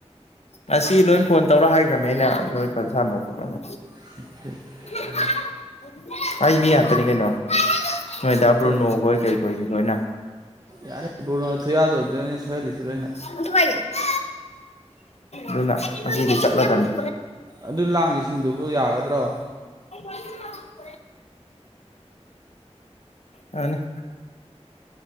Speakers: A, on the left; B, on the right.
A: ꯉꯁꯤ ꯂꯣꯏ ꯐꯣꯟ ꯇꯧꯔ ꯍꯥꯏꯒ꯭ꯔꯃꯦ ꯑꯩꯅ ꯅ‌ꯣꯏ ꯐꯥ ꯁꯥꯟꯅꯣ ꯈꯣꯠꯂ‌ꯣꯅ
B: <unintelligible>
A: <unintelligible> ꯑꯩ ꯃꯤ ꯉꯥꯛꯇꯅꯤ ꯀꯩꯅꯣ ꯅꯣꯏ ꯗꯥ ꯕ꯭ꯔꯨꯅꯣꯈꯣꯏ
B: ꯑꯗ
A: ꯀꯩꯈꯣꯏꯗꯤ ꯂꯣꯏꯅ
B: ꯌꯥꯔꯦ ꯕ꯭ꯔꯨꯅꯣ ꯊꯨꯌꯥꯆꯧ ꯗꯨꯅꯅꯦ ꯁꯣꯏꯍꯜꯂꯤꯁꯤ ꯂꯣꯏꯅ
A: <unintelligible> ꯗꯨꯅ ꯉꯁꯤꯗꯤ ꯆꯠꯂꯗꯝꯅꯤ
B: ꯑꯗꯨ ꯂꯥꯡꯉꯤꯁꯤꯡꯗꯨꯕꯨ ꯌꯥꯒꯗ꯭ꯔꯣ
A: <unintelligible> ꯌꯥꯅꯤ